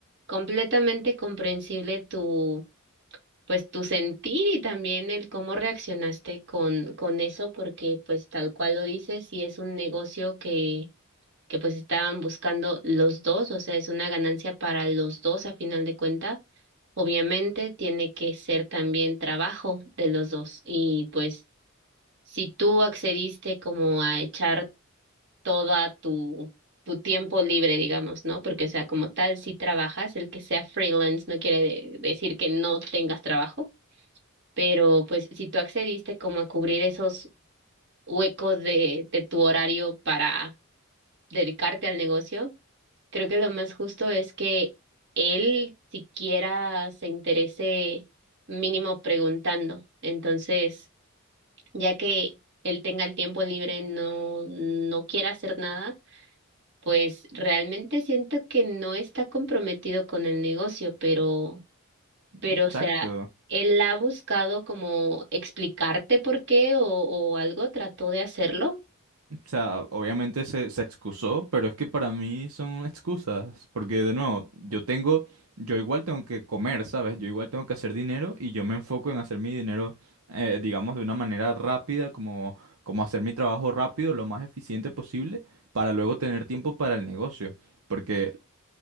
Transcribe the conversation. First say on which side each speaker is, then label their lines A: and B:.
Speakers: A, on the right; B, on the right.
A: completamente comprensible tu, pues tu sentir y también el cómo reaccionaste con, con eso, porque pues tal cual lo dices, y es un negocio que, que pues estaban buscando los dos, o sea, es una ganancia para los dos a final de cuenta. Obviamente tiene que ser también trabajo de los dos y pues si tú accediste como a echar toda tu, tu tiempo libre, digamos, ¿no? Porque, o sea, como tal, si trabajas, el que sea freelance no quiere de- decir que no tengas trabajo, pero pues si tú accediste como a cubrir esos huecos de, de tu horario para dedicarte al negocio, creo que lo más justo es que él siquiera se interese mínimo preguntando. Entonces, ya que él tenga el tiempo libre, no, no quiera hacer nada pues realmente siento que no está comprometido con el negocio, pero, pero,
B: Exacto.
A: o sea, él ha buscado como explicarte por qué o, o algo, trató de hacerlo.
B: O sea, obviamente se, se excusó, pero es que para mí son excusas, porque de nuevo, yo tengo, yo igual tengo que comer, ¿sabes? Yo igual tengo que hacer dinero y yo me enfoco en hacer mi dinero, eh, digamos, de una manera rápida, como, como hacer mi trabajo rápido, lo más eficiente posible, para luego tener tiempo para el negocio. Porque